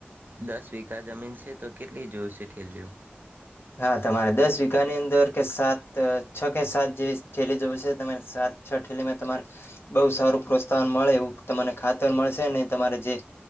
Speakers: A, on the right (about 55°); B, on the left (about 75°).
A: દસ વીઘા જમીન છે તો કેટલી જોશે થેલીઓ
B: હા તમારે દસ વીઘાની અંદર કે સાત છ કે સાત જેવી થેલી જોશે તમારે સાત છ ઠેલીમાં તમારે બઉુ સારું પ્રોત્સાહન મળે એવું તમને ખાતર મળશે ને તમારે જે